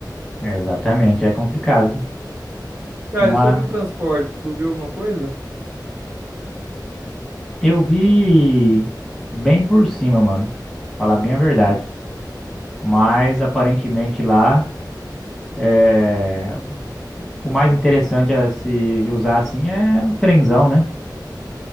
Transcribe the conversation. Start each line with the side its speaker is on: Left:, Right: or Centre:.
Centre: É, Exatamente, é complicado.
Right: Cara,
Centre: Mas
Right: e sobre o transporte, tu viu alguma coisa?
Centre: eu vi bem por cima, mano. Falar bem a verdade. Mas aparentemente lá é, o mais interessante a se usar assim é o trenzão, né?